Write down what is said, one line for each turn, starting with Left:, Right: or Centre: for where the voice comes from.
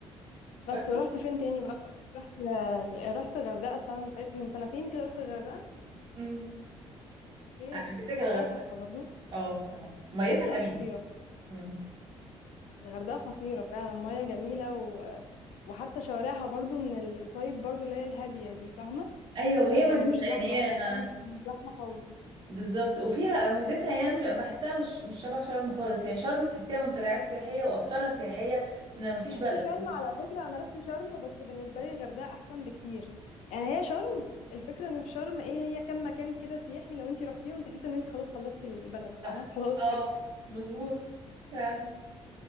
Left: بس
Right: بس
Left: ورحت فين تاني بقى أقولك رحت رحت غردقة السنة اللي فاتت من سنتين كده رحت الغردقة
Right: أمم.
Left: اوكي
Right: عجبتك الغردقه
Left: الغردقة تحفة برضو
Right: اه بصراحه ميتها
Left: الغردقة
Right: جميله
Left: خطيرة
Right: مم.
Left: الغردقة خطيرة فعلا المياه جميلة و... وحتى شوارعها برضو من الطيب برضو اللي هي الهادية دي فاهمة
Right: ايوه وهي
Left: يعني
Right: مدينه
Left: مش زحمة
Right: يعني هي
Left: الغردقة مش مش زحمة خالص
Right: بالظبط وفيها ميزتها يعني أنا مش بحسها مش مش شبه شرم خالص يعني شرم تحسيها منتجعات سياحيه واكترها سياحيه ان مفيش
Left: رحت
Right: بلد
Left: شرم
Right: إنما-
Left: على فكرة أنا رحت شرم بس بالنسبة لي الغردقة أحسن بكتير يعني هي شرم الفكرة إن في شرم إيه هي كم مكان كده سياحي لو أنت رحتيهم تحس إن أنت خلاص خلصتي البلد فاهمة
Right: صح
Left: <laughs> خلاص
Right: اه
Left: كده
Right: مظبوط فعلا